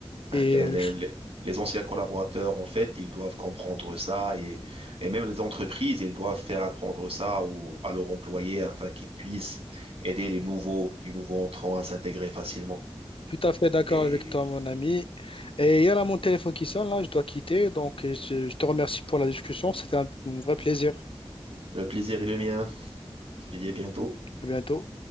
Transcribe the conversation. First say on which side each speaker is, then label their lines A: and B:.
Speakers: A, on the left; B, on the right.
A: Et
B: eh ben,
A: euh,
B: les,
A: je
B: les- les anciens collaborateurs, en fait, ils doivent comprendre ça et, et même les entreprises, ils doivent faire apprendre ça aux- à leurs employés afin qu'ils puissent aider les nouveaux, les nouveaux entrants à s'intégrer facilement.
A: suis tout à fait d'accord
B: Et
A: avec toi, mon ami. Et il y a là mon téléphone qui sonne, là, je dois quitter. Donc, euh, je je te remercie pour la discussion. C'était un un vrai plaisir.
B: le plaisir est le mien. Je te dis à bientôt.
A: À bientôt.